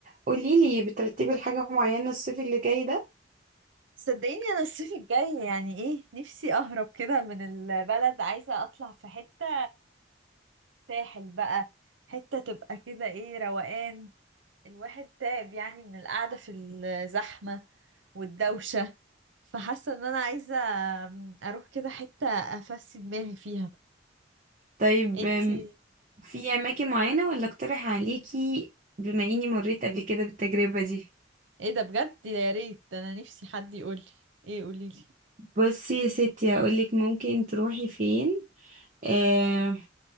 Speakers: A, on the right; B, on the right.
A: قوليلي بترتبي لحاجة معينة الصيف اللي جاي ده
B: صدقيني انا الصيف الجاي يعني ايه نفسي اهرب كده من البلد عايزة اطلع في حتة ساحل بقى حتة تبقى كده ايه روقان الواحد تعب يعني من القعدة في الزحمة والدوشة فحاسة ان انا عايزة اروح كده حتة افسي دماغي فيها
A: طيب
B: انتي
A: أم، في اماكن معينة ولا اقترح عليكي بما اني مريت قبل كده بالتجربة دي
B: ايه ده بجد يا ريت ده انا نفسي حد يقولي ايه قوليلي
A: بصي يا ستي هقولك ممكن تروحي فين آه...